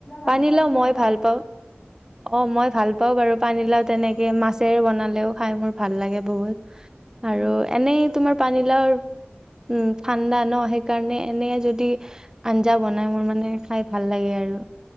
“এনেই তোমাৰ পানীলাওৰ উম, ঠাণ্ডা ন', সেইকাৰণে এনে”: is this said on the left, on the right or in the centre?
Right